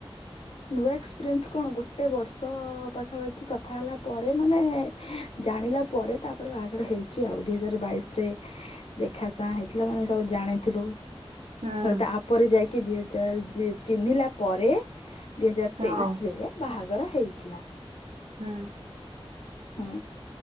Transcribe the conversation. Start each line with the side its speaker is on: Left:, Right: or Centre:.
Left: ନୂଆ ଏକ୍ସପିରିଏନ୍ସ କଣ ଗୋଟେ ବର୍ଷ ପାଖାପାଖି କଥା ହେଲା ପରେ ମାନେ ଜାଣିଲ ଲା ପରେ ତାପରେ ବାହାଘର ହେଇଛି ଆଉ ଦୁଇ ହଜାର ବାଇଶରେ ଦେଖା ଚାହାଁ ହେଇଥିଲା ମାନେ ସବୁ ଜାଣିଥିଲୁ।
Right: ହୁଁ
Left: ତାପରେ ଯାଇକି ଦି ହଜାର ଚିହ୍ନିଲା ପରେ। ଦିଇ ହଜାର
Right: ହଁ
Left: ତେଇଶ ରେ ବାହାଘର ହେଇଥିଲା।
Right: ହୁଁ।
Left: ହୁଁ